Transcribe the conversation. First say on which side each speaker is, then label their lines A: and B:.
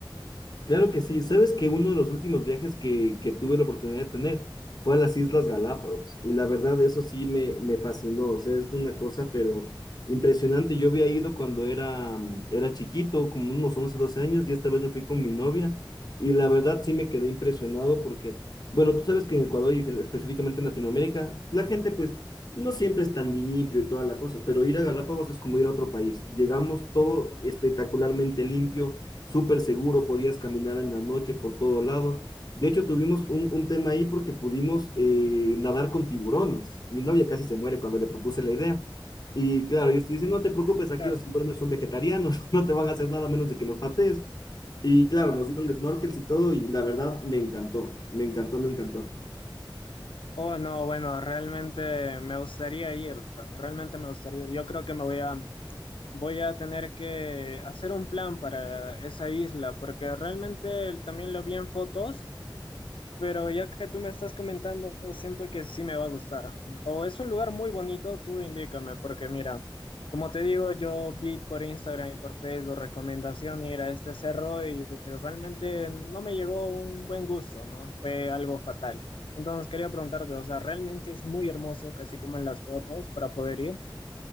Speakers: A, on the left; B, on the left.
A: Claro que sí. Sabes que uno de los últimos viajes que, que tuve la oportunidad de tener fue a las Islas Galápagos. Y la verdad, eso sí me, me fascinó. O sea, es una cosa, pero impresionante. Yo había ido cuando era, era chiquito, como unos once doce años, y esta vez me fui con mi novia. Y la verdad, sí me quedé impresionado porque, bueno, tú sabes que en Ecuador y específicamente en Latinoamérica, la gente pues no siempre es tan limpio y toda la cosa, pero ir a Galápagos es como ir a otro país. Llegamos todo espectacularmente limpio súper seguro, podías caminar en la noche por todo lado. De hecho, tuvimos un, un tema ahí porque pudimos eh, nadar con tiburones. Mi novia casi se muere cuando le propuse la idea. Y claro, ellos te dicen, no te preocupes, aquí
B: Claro.
A: los tiburones son vegetarianos, <laughs> no te van a hacer nada menos de que los patees. Y claro, nos dieron snorkels y todo, y la verdad me encantó, me encantó, me encantó.
B: Oh, no, bueno, realmente me gustaría ir. Realmente me gustaría ir. Yo creo que me voy a Voy a tener que hacer un plan para esa isla, porque realmente el- también lo vi en fotos, pero ya que tú me estás comentando, siento que sí me va a gustar. O es un lugar muy bonito, tú indícame, porque mira, como te digo, yo vi por Instagram y por Facebook recomendación ir a este cerro y realmente no me llegó un buen gusto, ¿no? Fue algo fatal. Entonces quería preguntarte, o sea, ¿realmente es muy hermoso, casi como en las fotos, para poder ir?